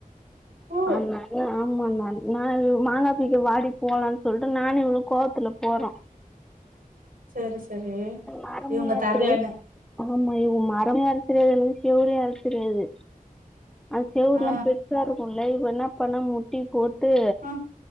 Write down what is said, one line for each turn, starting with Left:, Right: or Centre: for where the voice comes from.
Right: ஆஹ
Centre: ஆமா ம் ஆமாமா நா மாங்கா தூக்கி வாடி போலான் சொல்ட்டு நானு இவளு கோவத்துல போ <unintelligible>
Right: சரி செரி
Centre: மரமே
Right: இவ்ங்க
Centre: ஏற
Right: தரலன்னு
Centre: தெரியாது ஆமா இவரு மரமு ஏற தெரியாது செவரு ஏற தெரியாது. அது செவுருலா
Right: ஆ
Centre: பெருசா இருக்கும்ல இவ என்னாப் பண்ண முட்டி போட் டு
Right: ஆ